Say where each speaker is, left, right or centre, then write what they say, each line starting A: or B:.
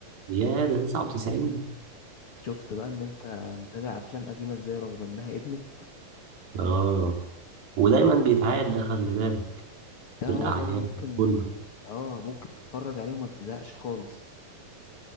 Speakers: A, on the right; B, on the left.
A: يا ده 99
B: شفت بقى ان انت متابع افلام قديمة ازاي رغم انها ادمت
A: اه ودايما بيتعاد ده خلي بالك
B: ده
A: في
B: اه
A: الاعياد
B: ده انا ممكن
A: كله
B: اه ممكن تتفرج عليه وما تزهقش خالص